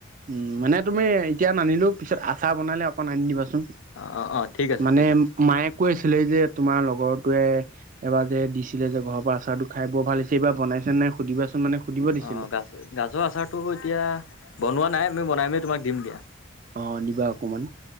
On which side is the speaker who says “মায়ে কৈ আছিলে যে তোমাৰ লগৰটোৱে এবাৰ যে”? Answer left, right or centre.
Right